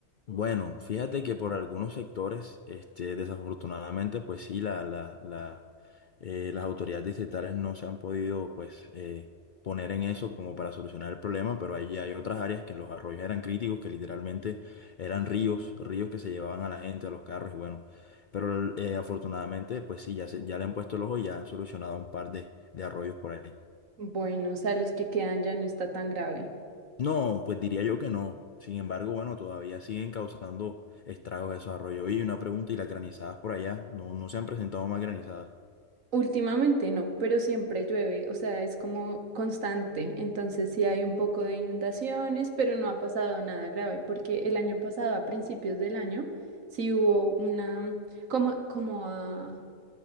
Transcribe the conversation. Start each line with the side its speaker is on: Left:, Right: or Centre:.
Left: Bueno, fíjate que por algunos sectores, este, desafortunadamente, pues sí, la, la, la, eh, las autoridades distritales no se han podido, pues, eh, poner en eso como para solucionar el problema, pero allí hay otras áreas que los arroyos eran críticos, que literalmente eran ríos, ríos que se llevaban a la gente, a los carros y bueno, pero eh, afortunadamente, pues sí, ya, se, ya le han puesto el ojo y ya han solucionado un par de, de arroyos por ahí.
Right: Bueno, o sea, los que quedan ya no está tan grave.
Left: No, pues diría yo que no. Sin embargo, bueno, todavía siguen causando estragos esos arroyos. Y una pregunta, ¿y las granizadas por allá? No, no se han presentado más granizadas.
Right: Últimamente no, pero siempre llueve, o sea, es como constante. Entonces sí hay un poco de inundaciones, pero no ha pasado nada grave, porque el año pasado, a principios del año, sí hubo una, como, como, ah,